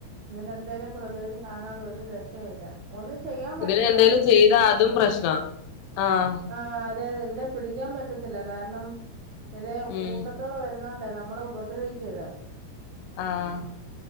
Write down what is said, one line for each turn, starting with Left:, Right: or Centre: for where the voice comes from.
Right: ഇതിനെന്തായാലും പ്രതിവിതി കാണാതെ ഒരു രക്ഷയല്ല ഒന്നും ചെയ്യാൻ പറ്റത്തില്ല
Left: ഇതിന് എന്തേലും
Right: നമുക്ക് പ്രഠിക്കാൻ
Left: ചെയ്താ
Right: പറ്റില്ല
Left: അതും പ്രശ്നാ ആഹ്
Right: ആ അതെതെ ഇ പിടിക്കാൻ പറ്റത്തില്ല കാരണം ഇതേ
Left: ഉം
Right: കൂട്ടത്തോടെ വരുന്നോണ്ടേ നമ്മളെ ഉപദ്രവിക്കും ഇതാ
Left: ആഹ